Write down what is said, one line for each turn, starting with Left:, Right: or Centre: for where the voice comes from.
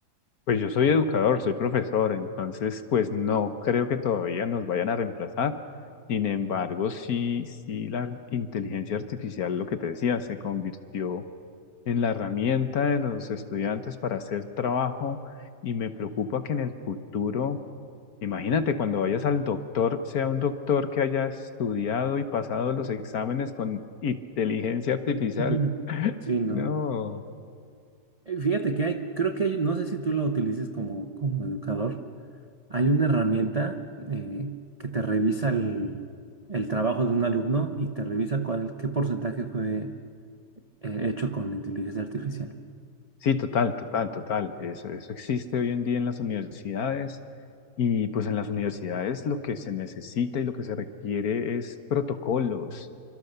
Left: Pues yo soy educador, soy profesor, entonces pues no creo que todavía nos vayan a reemplazar. Sin embargo, sí, sí la inteligencia artificial, lo que te decía, se convirtió en la herramienta de los estudiantes para hacer trabajo y me preocupa que en el futuro Imagínate cuando vayas al doctor, sea un doctor que haya estudiado y pasado los exámenes con inteligencia artificial.
Right: <laughs> Ujú. Sí, no.
Left: No.
Right: Eh, Fíjate que hay, creo que hay, no sé si tú lo utilices como, como educador, hay una herramienta eh, que te revisa el, el trabajo de un alumno y te revisa cuál, qué porcentaje fue eh, hecho con inteligencia artificial.
Left: Sí, total, total, total. Eso, eso existe hoy en día en las universidades. Y pues en las universidades lo que se necesita y lo que se requiere es protocolos,